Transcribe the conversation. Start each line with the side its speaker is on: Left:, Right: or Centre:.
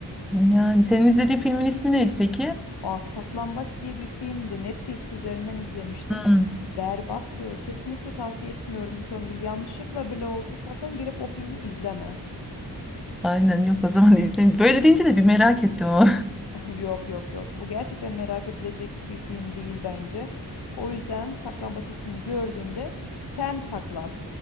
Centre: Yani senin izlediğin filmin ismi neydi peki?
Left: Aa Saklambaç diye bir filmdi. Netflix üzerinden izlemiştim.
Centre: Hmm,
Left: Berbattı. Kesinlikle tavsiye etmiyorum Songül. Yanlışlıkla bile olsa sakın girip o filmi izleme.
Centre: aynen yok o zaman <laughs> izleyeyim. Böyle deyince de bir merak ettim o.
Left: <laughs> Yok yok yok. Bu gerçekten merak edilecek bir film değil bence. O yüzden Saklambaç ismini gördüğünde sen saklan.